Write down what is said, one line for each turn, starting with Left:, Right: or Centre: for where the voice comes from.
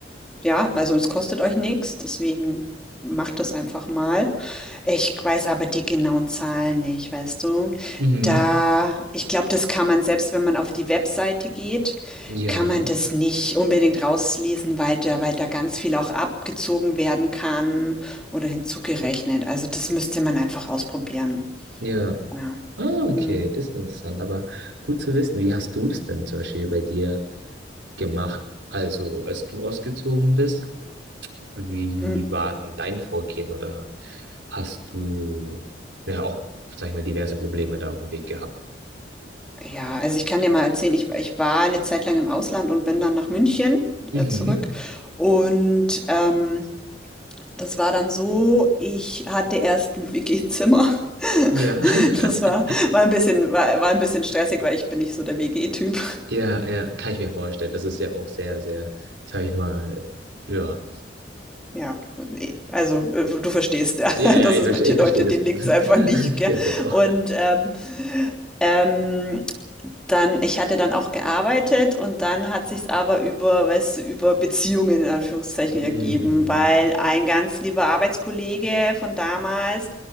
Centre: ja, also es kostet euch nichts, deswegen macht das einfach mal. Ich weiß aber die genauen Zahlen nicht, weißt du?
Right: Mhm.
Centre: Da, ich glaube, das kann man selbst, wenn man auf die Webseite geht,
Right: Ja,
Centre: kann man das nicht unbedingt rauslesen, weil da, weil da ganz viel auch abgezogen werden kann oder hinzugerechnet. Also das müsste man einfach ausprobieren.
Right: ja.
Centre: Ja.
Right: Ah, okay,
Centre: Hm.
Right: das ist interessant, aber gut zu wissen. Wie hast du das denn zum Beispiel bei dir gemacht? Also, als du ausgezogen bist, wie
Centre: Hm.
Right: war denn dein Vorgehen oder Hast du ja auch, sag ich mal, diverse Probleme da auf dem Weg gehabt?
Centre: Ja, also ich kann dir mal erzählen, ich, ich war eine Zeit lang im Ausland und bin dann nach München
Right: Mhm.
Centre: äh, zurück. Und ähm, das war dann so, ich hatte erst ein WG-Zimmer. <laughs>
Right: Ja,
Centre: Das
Right: <laughs>
Centre: war, war ein bisschen, war, war ein bisschen stressig, weil ich bin nicht so der WG-Typ.
Right: ja, ja, kann ich mir vorstellen. Das ist ja auch sehr, sehr, sag ich mal, ja.
Centre: Ja, nee, also äh, du verstehst,
Right: Ja,
Centre: <laughs>
Right: ja,
Centre: dass
Right: ich,
Centre: es
Right: verste-
Centre: manche
Right: ich
Centre: Leute,
Right: verstehe das
Centre: denen
Right: Problem.
Centre: liegt es einfach
Right: <laughs>
Centre: nicht, gell?
Right: Ja, genau.
Centre: Und ähm, ähm, Dann, ich hatte dann auch gearbeitet und dann hat sich's aber über, weißt du, über Beziehungen in Anführungszeichen
Right: Mm,
Centre: ergeben,
Right: Mhm.
Centre: weil ein ganz lieber Arbeitskollege von damals,